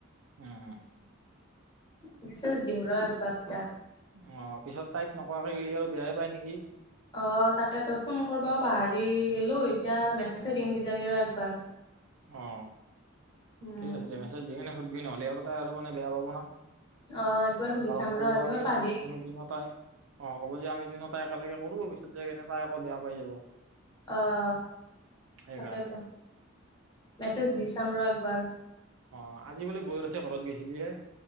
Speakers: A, on the right; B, on the left.
A: উম উম।
B: মেছেজ দিম ৰ এক বাৰটা।
A: অ পিছত তাইক নকোৱাকে হি আৰু বেয়াই পায় নেকি?
B: অ তাকে তো ফোন কৰিব পাহৰি গলো, এতিয়া মেছেজে দিম কিজানি ৰ একবাৰ।
A: অ ঠিকে
B: উম
A: আছে মেছেজ দি কিনে সুধবি নহ'লে আৰু তাই আৰু মানে বেয়া পাব না।
B: অ একবাৰ সুধি
A: পাৰং
B: চাম
A: কব
B: ৰ আজি
A: আমি,
B: মই পাহৰি
A: আমি দিনটাই। অ', ক'ব যে আমি তিনিওটাই একেলগে কৰোঁ পিছত যায় কিনে তাই আকৌ বেয়া পাই যাব।
B: অ',
A: সেইকাৰণে
B: তাকেতো। মেছেজ দি চাম ৰহ একবাৰ।
A: অ', আজি বোলে বৈয়েৰহতে ঘৰত গেছিল যে।